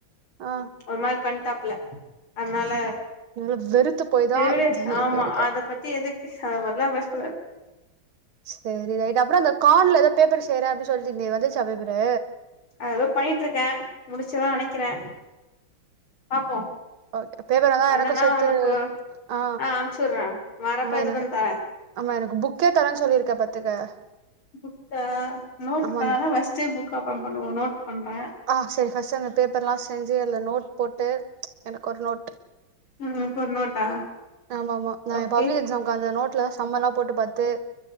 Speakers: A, on the right; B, on the left.
A: ஆ
B: ஒர் மார் பண்டாப்ல அதனால
A: நல்லா வெறுத்து போய்
B: செரி
A: தா
B: விடு
A: இது
B: ஆமா
A: போயிருக்கே
B: அத பத்தி எதுக்கு அத பத்லா பேசக்கூடாது
A: செரி ரைட்டு அப்றோ அந்த கார்ட்ல எதோ பேப்பர் செய்றே அப்டி சொல்ட்டிந்தியே வந்துச்சா பேப்பரூ
B: அது எதோ பண்ணிகிட்ருக்கே முடிச்சுவே நெனைக்கிறே பாப்போ
A: ஓகே பேப்பர் வந்தா
B: பண்ணனா
A: எனக்கு சேத்து
B: அவனுக்கு
A: ஆ
B: அமுச்சுடுறே வரப்ப
A: ஆமா
B: எத்துட்டு
A: எனக்கு
B: வந்து தரே
A: ஆமா எனக்கு புக்கே தர்றேன்னு சொல்லிருக்க பாத்துக்க
B: புக்கா நோட்
A: ஆமா
B: பேனாலா வஸ்ட்டு புக் அப்றோ பண்ணுவோ நோட் பண்றே
A: ஆ செரி ஃபர்ஸ்ட் அந்த பேப்பர்லா செஞ்சி அதுல நோட் போட்டு எனக்கு ஒரு நோட்
B: ம் இப்ப ஒரு நோட்டா
A: ஆமா ஆமா நா
B: ஓகே
A: ஏ பப்ளிக் எக்ஸாம்க்கு அந்த நோட் லதா சம் எல்லா போட்டு பாத்து